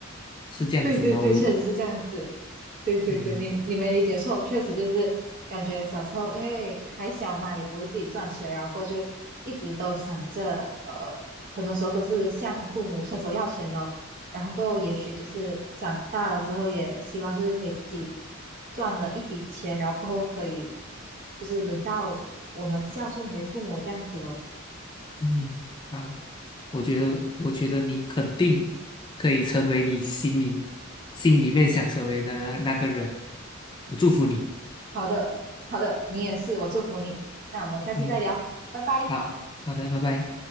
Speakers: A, on the left (about 20°); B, on the right (about 45°).
A: 是这样子吗？
B: 对对对，
A: 我，
B: 确实是这样子。对对对，
A: 嗯
B: 你你没理解错，确实就是感觉小时候因为还小嘛，也不会自己赚钱，然后过后就一直都想着，呃，很多时候都是向父母伸手要钱咯。然后过后也许就是长大了之后，也希望就是可以自己赚了一笔钱，然后过后可以就是轮到我们孝顺回父母这样子咯。
A: 嗯，好，我觉得，我觉得你肯定可以成为你心里心里面想成为的那那个人，我祝福你。
B: 好的，好的，你也是，我祝福你。那我们下次再聊，
A: 嗯，
B: 拜拜。
A: 好，好的，拜拜。